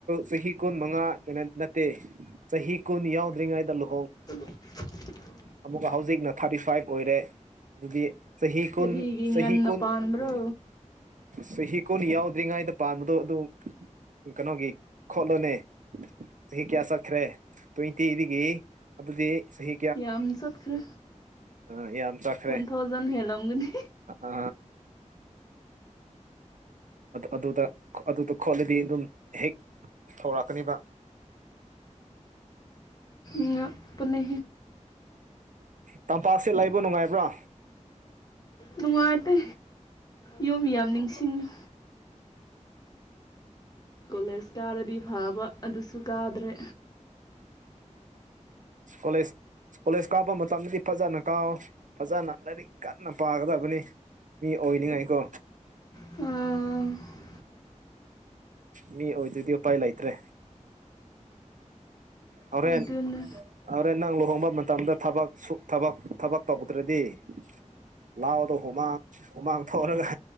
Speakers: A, on the right (about 85°); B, on the left (about 30°).
A: ꯆꯍꯤ ꯀꯨꯟ ꯃꯉꯥ ꯅꯠꯇꯦ ꯆꯍꯤ ꯀꯨꯟ ꯌꯧꯗ꯭ꯔꯤꯉꯩꯗ ꯂꯨꯍꯣꯡ
B: <unintelligible>
A: ꯑꯃꯨꯛꯀ ꯍꯧꯖꯤꯛꯅ ꯊꯥꯔꯇꯤ ꯐꯥꯏꯚ ꯑꯣꯏꯔꯦ ꯑꯗꯨꯗꯤ ꯆꯍꯤ ꯀꯨꯟ
B: ꯀꯔꯤꯒꯤ
A: ꯆꯍꯤ
B: ꯉꯟꯅ
A: ꯀꯨꯟ
B: ꯄꯥꯟꯕ꯭ꯔꯣ
A: ꯑ ꯆꯍꯤ ꯀꯨꯟ ꯌꯧꯗ꯭ꯔꯤꯉꯩꯗ ꯄꯥꯟꯕꯗꯣ ꯑꯗꯨ ꯀꯩꯅꯣꯒꯤ ꯈꯣꯠꯂꯣꯅꯦ ꯆꯍꯤ ꯀꯌꯥ ꯆꯠꯈ꯭ꯔꯦ ꯇ꯭ꯋꯦꯟꯇꯤꯗꯒꯤ ꯑꯗꯨꯗꯤ ꯆꯍꯤ
B: ꯌꯥ ꯑꯃ ꯆꯠꯈ꯭ꯔꯦ
A: ꯑ ꯌꯥꯝ ꯆꯠꯈ꯭ꯔꯦ
B: ꯋꯥꯟ ꯊꯥꯎꯖꯟ ꯍꯦꯜꯂꯝꯒꯅꯤ
A: ꯑ ꯑꯗꯨꯗ ꯈꯣꯠꯂꯗꯤ ꯑꯗꯨꯝ ꯍꯦꯛ ꯊꯔꯛꯀꯅꯤꯕ <inaudible>
B: ꯉꯛꯄꯅꯦ
A: ꯇꯝꯄꯥꯛꯁꯦ ꯂꯩꯕ ꯅꯨꯡꯉꯥꯏꯕ꯭ꯔꯥ
B: ꯅꯨꯡꯉꯥꯏꯇꯦ ꯌꯨꯝ ꯌꯥꯝ ꯅꯤꯡꯁꯤꯡꯉꯨ ꯀꯣꯂꯦꯖ ꯀꯥꯔꯗꯤ ꯐꯥꯕ ꯑꯗꯨꯁꯨ ꯀꯥꯗ꯭ꯔꯦ
A: ꯀꯣꯂꯦꯖ ꯀꯣꯂꯦꯖ ꯀꯥꯞꯄ ꯃꯇꯝꯗꯗꯤ ꯐꯖꯅ ꯀꯥꯑꯣ ꯐꯖꯅ ꯂꯥꯏꯔꯤꯛ ꯀꯟꯅ ꯄꯥꯒꯗꯕꯅꯤ ꯃꯤ ꯑꯣꯏꯅꯤꯉꯥꯏꯀꯣ
B: ꯎꯥ
A: ꯃꯤ ꯑꯣꯏꯗꯗꯤ ꯎꯄꯥꯏ ꯂꯩꯇ꯭ꯔꯦ ꯍꯣꯔꯦꯟ
B: ꯑꯗꯨꯅ
A: ꯍꯣꯔꯦꯟ ꯅꯪ ꯂꯨꯍꯣꯡꯕ ꯃꯇꯝꯗ ꯊꯕ ꯊꯕꯛ ꯇꯧꯗ꯭ꯔꯗꯤ ꯂꯥꯎꯗꯣ ꯍꯨꯃꯥꯡ ꯍꯨꯃꯥꯡ ꯊꯣꯛꯔꯒ